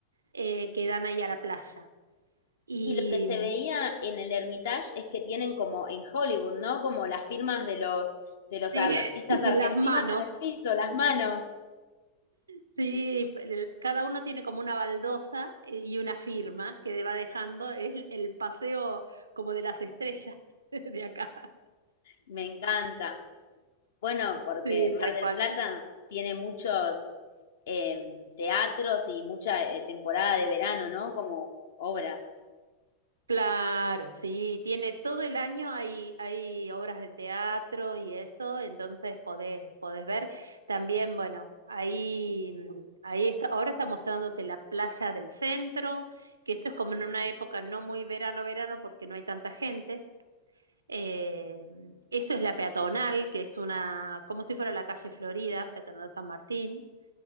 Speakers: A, on the right; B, on the left.
A: eh, que dan ahí a la playa. Y
B: Y lo que se
A: mm,
B: veía en el Hermitage es que tienen como en Hollywood, ¿no? Como las firmas de los, de los
A: sí,
B: ar- artistas
A: <laughs> y
B: argentinos
A: las manos.
B: en el piso, las manos.
A: Sí, el- cada uno tiene como una baldosa y una firma que va dejando. Es el paseo como de las estrellas <laughs> de acá.
B: Me encanta. Bueno, porque
A: Sí,
B: Mar
A: tal
B: del
A: cual.
B: Plata tiene muchos em, teatros y mucha eh, temporada de verano, ¿no? Como obras.
A: Claro, sí, tiene todo el año hay, hay obras de teatro y eso, entonces podés, podés ver. También, bueno, ahí, mm, ahí está, ahora está mostrándote la playa del centro, que esto es como en una época no muy verano, verano, porque no hay tanta gente Eh, esto es la peatonal, que es una, como si fuera la calle Florida, peatonal San Martín,